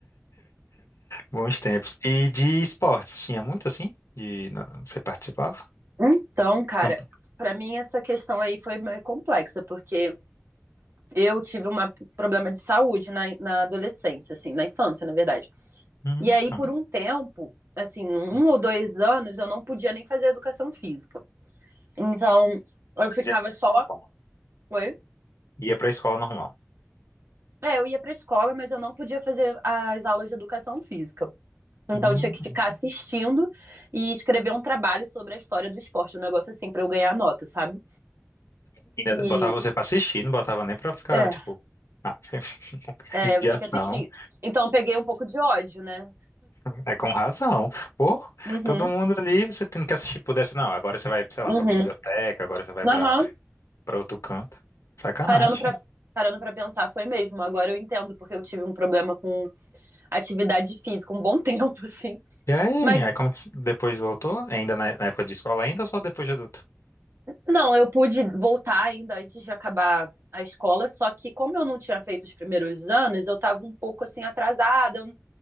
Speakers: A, on the left; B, on the right.
A: Bons tempos. E de esportes, tinha muito assim? De, na- você participava?
B: Então, cara,
A: Campo.
B: pra mim essa questão aí foi meio complexa, porque eu tive um problema de saúde na, na adolescência, assim, na infância, na verdade.
A: Hum,
B: E aí,
A: tá.
B: por um tempo, assim, um
A: Hum.
B: ou dois anos, eu não podia nem fazer educação física. Então, eu
A: Fazia
B: ficava só.
A: normal.
B: Oi?
A: Ia pra escola normal.
B: É, eu ia pra escola, mas eu não podia fazer as aulas de educação física. Então,
A: Hum.
B: eu tinha que ficar assistindo e escrever um trabalho sobre a história do esporte, um negócio assim, pra eu ganhar nota, sabe?
A: Ainda
B: E.
A: botava você pra assistir, não botava nem pra ficar,
B: É,
A: tipo, ah, <laughs>
B: É,
A: judiação.
B: eu tinha que assistir. Então eu peguei um pouco de ódio, né?
A: É com razão. Pô,
B: Uhum,
A: todo mundo ali, você tem que assistir, pudesse, não. Agora você vai, sei
B: uhum.
A: lá, pra biblioteca, agora você vai
B: Aham.
A: pra, pra outro canto. Sacanagem.
B: Parando pra, parando pra pensar, foi mesmo. Agora eu entendo, porque eu tive um problema com atividade física um bom <laughs> tempo, assim.
A: E aí,
B: Mas
A: aí como que depois voltou? Ainda na, na época de escola ainda ou só depois de adulto?
B: não, eu pude voltar ainda antes de acabar a escola, só que como eu não tinha feito os primeiros anos, eu tava um pouco assim atrasada, eu